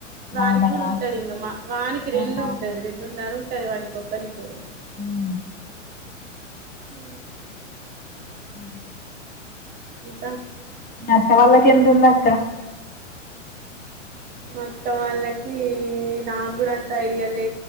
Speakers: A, on the right; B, on the left.
A: వానికి
B: అవునా
A: కూడా ఉంటది ఇంగ మా వానికి
B: ఆహా
A: రెండు ఉంటది రెండున్న ఉంటది వానికి ఒక్కనికే
B: ఊ
A: ఊ
B: అ
A: ఇత్త
B: అత్త వాళ్ళకి ఎంతుంది అక్క
A: మా అత్త వాళ్ళకి నాకు కూడా అంత ఐడియా లే